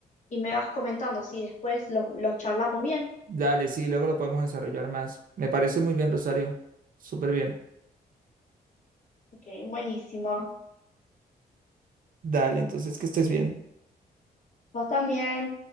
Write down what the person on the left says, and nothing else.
y me vas comentando, así después los los charlamos bien.
Ok, buenísimo.
Vos también.